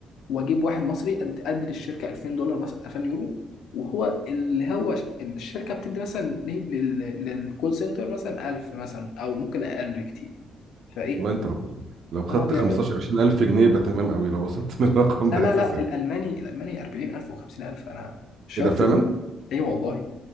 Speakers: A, on the left; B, on the right.
A: واجيب واحد مصري قد قدر الشركه 2000 دولار مثلا 2000 يورو وهو اللي هو ش- الشركه بتدي مثلا ل- لل- للكول سنتر مثلا 1000 مثلا او ممكن اقل بكتير فايه
B: الله انت ربنا لو خدت
A: هو بيعملوا
B: 15 20000 جنيه يبقى تمام قوي لو وصلت <laughs> للرقم
A: لا
B: ده
A: لا
B: اساسا
A: لا الالماني
B: يعني.
A: الالماني 40000 و50000 انا شفت
B: ايه ده فعلا
A: ايه والله